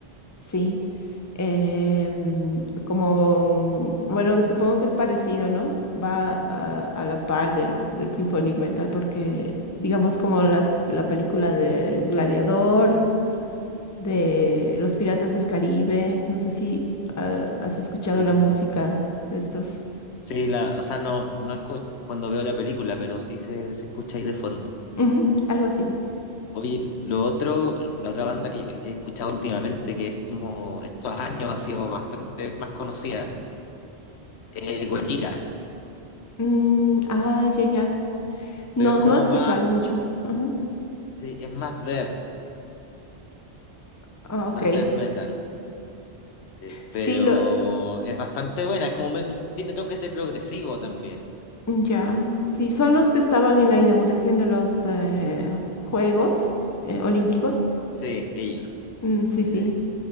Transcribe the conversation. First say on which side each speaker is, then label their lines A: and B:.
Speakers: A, on the left; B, on the left.
A: Sí, eh, mm, como, mm, bueno, supongo que es parecido, ¿no? Va a, a la par del, del symphonic metal porque, digamos, como las, la película del Gladiador, de Los Piratas del Caribe, no sé si ah, has escuchado
B: Sí,
A: la música de estos.
B: sí la, o sea, no, no es cuando veo la película, pero sí se, se escucha ahí de fondo.
A: Ujú, algo así.
B: Oye, lo otro, la otra banda que he escuchado últimamente, que es como estos años ha sido bastante más conocida, es Gojira,
A: Mm, ah, ya, ya. No,
B: pero es como
A: no he escuchado
B: más,
A: mucho. Ajá.
B: sí, es más death,
A: Ah,
B: más
A: ok.
B: death metal, sí,
A: Sí,
B: pero es bastante buena, es como, me- tiene toques de progresivo también,
A: Ya, sí, son los que estaban en la inauguración de los eh, Juegos eh, Olímpicos.
B: sí, ellos,
A: Mm, sí,
B: sí.
A: sí,